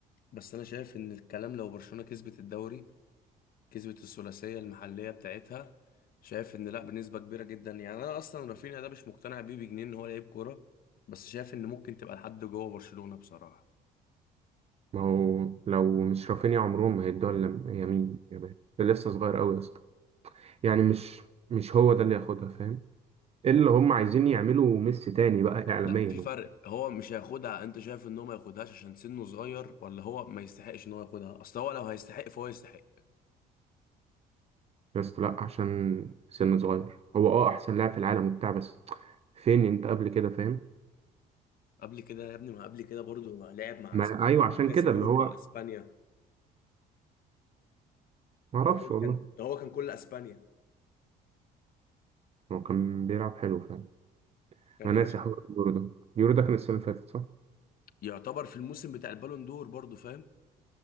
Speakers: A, on the left; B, on the right.
A: بس انا شايف ان الكلام لو برشلونه كسبت الدوري كسبت الثلاثيه المحليه بتاعتها شايف ان لا بنسبه كبيره جدا يعني انا اصلا رافينيا ده مش مقتنع بيه بجنيه ان هو لعيب كوره بس شايف ان ممكن تبقى لحد جوه برشلونه بصراحه
B: ما هو لو مش رافينيا عمرهم ما هيدوها لم- يمين يامال ده لسه صغير قوي يا اسطى يعني مش مش هو ده اللي ياخدها فاهم اللي هم عايزين يعملوا ميسي تاني بقى اعلاميا
A: لا في
B: هو.
A: فرق هو مش هياخدها انت شايف ان هو ما ياخدهاش عشان سنه صغير ولا هو ما يستحقش ان هو ياخدها اصل هو لو هيستحق فهو يستحق
B: يا اسطى لا عشان سن صغير هو اه احسن لاعب في العالم وبتاع بس فين انت قبل كده فاهم
A: قبل كده يا ابني ما قبل كده برضو لعب مع
B: ما
A: اسبانيا
B: ايوه عشان
A: كسب
B: كده اللي
A: يورو
B: هو
A: مع اسبانيا
B: ما اعرفش
A: وهو
B: والله
A: كان ده هو كان كل اسبانيا
B: هو كان بيلعب حلو فعلا
A: كان
B: انا
A: يا
B: ناسي
A: باشا
B: حوار اليورو ده اليورو ده كان السنه اللي فاتت صح
A: يعتبر في الموسم بتاع البالون دور برضو فاهم